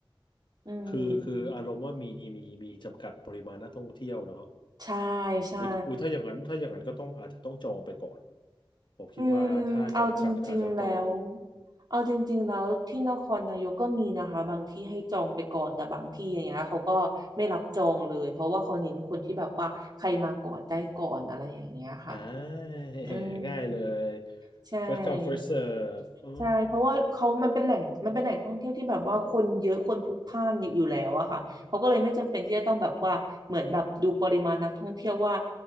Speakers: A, on the right (about 45°); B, on the left (about 55°).
A: อืม
B: คือคือ อารมณ์ว่ามีมีมีจำกัดปริมาณนักท่องเที่ยวเนาะ
A: ใช่ใช่
B: อุ้ยอุ้ยถ้าอย่างนั้นถ้าอย่างนั้นก็ต้องอาจจะต้องจองไปก่อน ผมคิดว่าถ้าจำกัดอาจจะต้อง
A: อืมเอาจริงๆแล้วเอาจริงๆแล้วที่นครนายกก็มีนะคะบางที่ให้จองไปก่อนแต่บางที่อย่างเงี้ยเขาก็ไม่รับจองเลยเพราะว่าเขาเน้นคนที่แบบว่าใครมาก่อนได้ก่อนอะไรอย่างเงี้ยค่ะ
B: อ่า
A: อืม
B: ง่ายเลย
A: ใช่
B: first come first serve อ่า
A: ใช่เพราะว่าเขามันเป็นแหล่งมันเป็นแหล่งท่องเที่ยวที่แบบว่าคนเยอะคนพลุกพล่านอยู่อยู่แล้วอะค่ะเขาก็เลยไม่จำเป็นที่จะต้องแบบว่าเหมือนแบบดูปริมาณนักท่องเที่ยวว่า